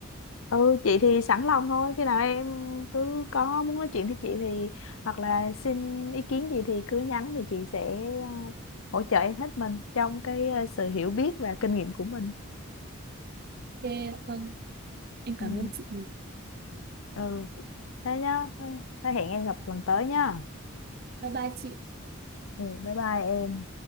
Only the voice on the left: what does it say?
ừ chị thì sẵn lòng thôi khi nào em cứ có muốn nói chuyện với chị thì hoặc là xin ý kiến gì thì cứ nhắn thì chị sẽ ờ, hỗ trợ em hết mình trong cái ờ, sự hiểu biết và kinh nghiệm của mình
ừ,
ừ. thế nhá thế hẹn em gặp lần tới nhá
ừ, bye bye em